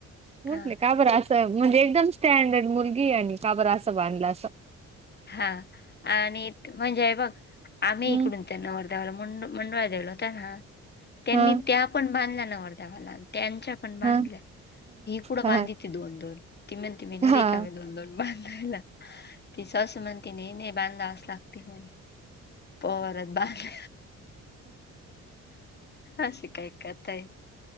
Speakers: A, on the right; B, on the left.
A: म्हटले
B: हा
A: का बरं आस त म्हणजे एकदम स्टँडर्ड मुलगी हे आणि का बर असं बांधलं अस.
B: हा आणि म्हणजे हे बघ आम्ही
A: हम्म
B: इकडून त्यां नवर देवाला मंड-मंडोळ्या देल होत ना, त्यांनी
A: हा
B: त्या पण बांधल्या नवरदेवाला न त्यांच्या पण बांधल्या
A: हा
B: हे कुडं
A: हा
B: बांधि ती दोन दोन ती म्हणती मी नही
A: हा
B: रेिकामी, दोन दोन बांधायला. सासु म्हणती नही नही बांधावस लागती म्हणे पवारात बांध अशी काय कथा हे.